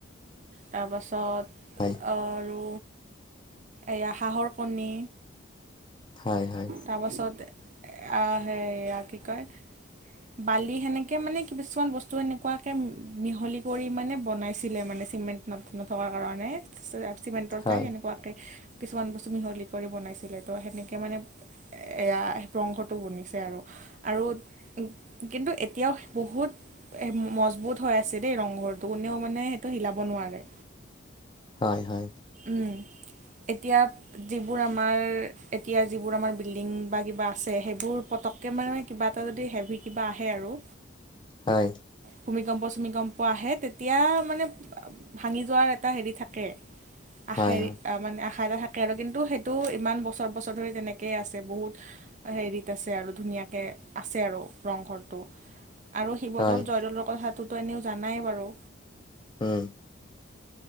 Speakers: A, on the right (about 35°); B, on the left (about 25°).
A: তাৰ পাছত
B: হয়
A: আৰু এইয়া হাঁহৰ কণী
B: হয় হয়।
A: তাৰপাছত সেয়া কি কয় বালি সেনেকে মানে কিছুমান বস্তু সেনেকুৱাকে মিহলি কৰি মানে বনাইছিলে মানে চিমেণ্ট নথকাৰ কাৰণে চিমেণ্টৰ
B: হয়
A: ঠাই এনেকুৱাকৈ কিছুমান বস্তু মিহলি কৰি বনাইছিলে তো সেনেকৈ মানে এয়া সেই প্ৰ অংশটো বনিছে আৰু আৰু কিন্তু এতিয়াও বহুত মজবুত হৈ আছে দেই ৰংঘৰটো কোনেও মানে সেইটো হিলাব নোৱাৰে।
B: হয় হয়।
A: উম এতিয়া যিবোৰ আমাৰ এতিয়া যিবোৰ আমাৰ বিল্ডিং বা কিবা আছে সেইবোৰ পতককৈ মানে কিবা এটা যদি হেভি কিবা আহে আৰু
B: হয়।
A: ভূমিকম্প চূমিকম্প আহে তেতিয়া মানে ভাঙি যোৱাৰ এটা হেৰি থাকে আ
B: হয়
A: সেৰি
B: হয়
A: মানে আশা এটা থাকে আৰু কিন্তু সেইটো ইমান বছৰ বছৰ ধৰি তেনেকেই আছে বহুত হেৰিত আছে আৰু ধুনীয়াকৈ আছে আৰু ৰংঘৰটো আৰু শিৱদৌল
B: হয়
A: জয়দৌলৰ কথাটোতো এনেও জানাই বাৰু
B: উম